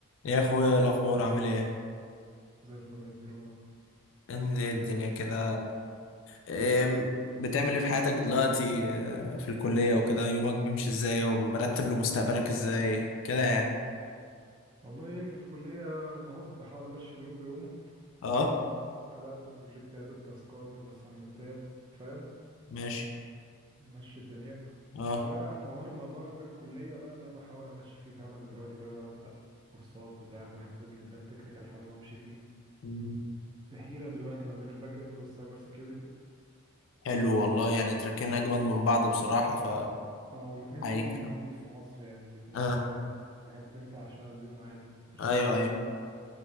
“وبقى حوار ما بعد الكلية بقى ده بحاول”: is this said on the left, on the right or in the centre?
Right